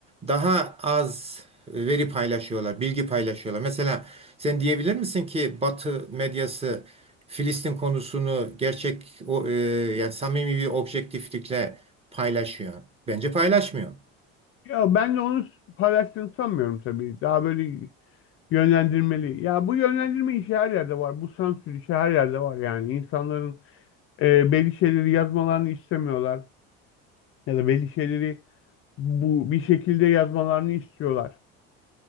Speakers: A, on the right; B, on the left.
A: daha az veri paylaşıyorlar, bilgi paylaşıyorlar. Mesela sen diyebilir misin ki Batı medyası Filistin konusunu gerçek, o, e, yani samimi bir objektiflikle paylaşıyor? Bence paylaşmıyor.
B: Ya ben de onu paylaştığını sanmıyorum tabii. Daha böyle yönlendirmeli. Ya bu yönlendirme işi her yerde var. Bu sansür işi her yerde var yani. İnsanların e, belli şeyleri yazmalarını istemiyorlar. Ya da belli şeyleri bu bir şekilde yazmalarını istiyorlar